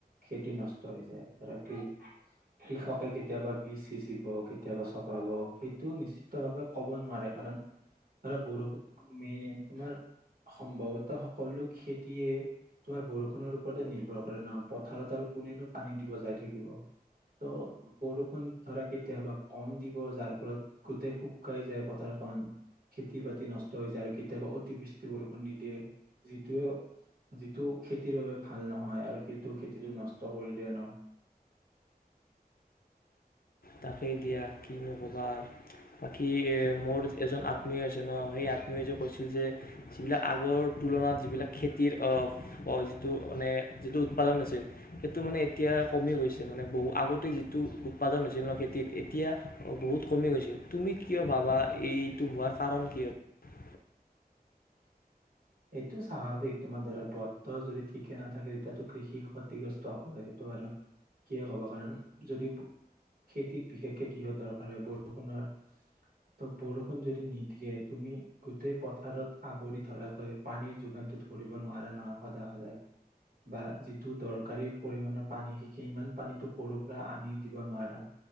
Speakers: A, on the right; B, on the left.
A: খেতি নষ্ট হৈ যায় ধৰা কি কৃষকে কেতিয়াবা বীজ সিঁচিব কেতিয়াবা চপাব সেইটো নিশ্চিত ভাৱে কব নোৱাৰে কাৰণ ধৰা বৰষুণ মেইন তোমাৰ সম্ভৱতঃ সকলো খেতিয়ে তোমাৰ বৰষুণৰ ওপৰতে নিৰ্ভৰ কৰে ন পথাৰত আৰু কোনেনো পানী দিব যাই থাকিব ত' বৰষুণ ধৰা কেতিয়াবা কম দিব যাৰ ফলত গোটেই শুকাই যায় পথাৰখন খেতি বাতি নষ্ট হৈ যায় আৰু কেতিয়াবা অতিবৃষ্টি বৰষুণ নিদিয়ে যিটোৱে যিটো খেতিৰ বাবে ভাল নহয় আৰু সেইটো খেতিটো নষ্ট কৰি দিয়ে ন
B: তাকেই দিয়া কি নক'বা বাকী মোৰ এজন আত্মীয় আছে ন সেই আত্মীয় যে কৈছিল যে যিবিলাক আগৰ তুলনাত যিবিলাক খেতিৰ যিটো মানে যিটো উৎপাদন আছিল সেইটো মানে এতিয়া কমি গৈছে মানে বহু আগতেই যিটো উৎপাদন খেতিত এতিয়া বহুত কমি গৈছে তুমি কিয় ভাবা এইটো হোৱাৰ কাৰণ কি হয়।
A: এইটো স্বাভাৱিক তোমাৰ ধৰা বতৰ যদি ঠিকে নাথাকে তেতিয়াতো কৃষি ক্ষতিগ্ৰস্ত হব সেইটো আৰু কি কব কাৰণ যদি খেতিত বিশেষকে কিহ দৰকাৰ হয় বৰষুণৰ ত বৰষুণ যদি নিদিয়ে তুমি গোটেই পথাৰত আৱৰি ধৰাকৈ পানীৰ যোগানটো ধৰিব নোৱাৰা নহয় সদায় সদায় বা যিটো দৰকাৰী পৰিমাণৰ পানী স ইমান পানীটো কৰো পৰা আনি দিব নোৱাৰা